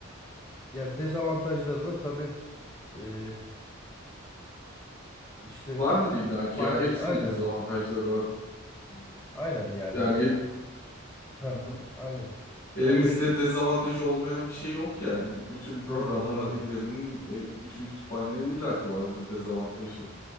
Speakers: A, on the left; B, on the left.
A: ya dezavantajları da tabii e, işte
B: Vardır illaki
A: Python
B: ya. Hepsinin
A: aynen.
B: dezavantajları var.
A: Aynen yani.
B: Yani el,
A: Heh,
B: aha.
A: aynen.
B: Elimizde
A: Ya ve
B: dezavantajı olmayan bir şey yok yani. Bütün programlama
A: doğru doğru.
B: dillerinin, e, bütün kütüphanelerin illaki vardır dezavantajı.